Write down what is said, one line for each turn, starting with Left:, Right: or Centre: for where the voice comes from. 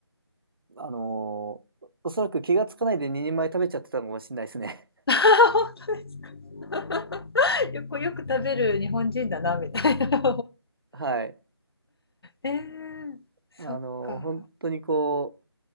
Right: あのーおそらく気がつかないで2人前食べちゃってたのかもしれないですね。
Left: <laughs> 本当ですか <laughs> よくよく食べる日本人だなみたいな <laughs>
Right: <laughs> はい。
Left: えー、
Right: あのー本当にこ
Left: そっか。